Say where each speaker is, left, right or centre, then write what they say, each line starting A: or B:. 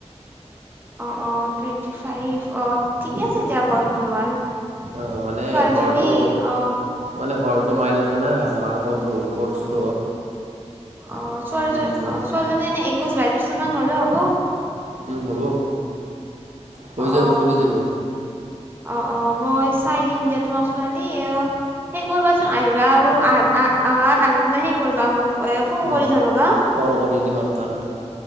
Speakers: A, on the right; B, on the right.
A: অ' অ' টুৱেণ্টি ফাইভ আহ ঠিকে
B: উম,
A: আছে দিয়া বয়স তোমাৰ।
B: অ' মানে
A: ছোৱালীজনী
B: ঘৰটো
A: অ
B: মানে ঘৰটো মাই থাকে না মাৰো ঘৰত বহুত খৰছ।
A: অহ' অ' ছোৱালীজনীৰ
B: উম,
A: অ' ছোৱালীজনী এনে একৈশ, বাইশ বছৰ মান হ'লে হ'ব।
B: উম হ'ব, হৈ যাব,
A: অ
B: চলি যাব।
A: অ অ মই চাই দিম দিয়া তোমাক ছোৱালী অ সেই কৰিবাচোন আহিবা আৰু আহ আহ আহা তাৰ আগদিনাই সি কৰিবা মোক এ ফোন
B: উম,
A: কৰি জনাবা।
B: কল <inaudible>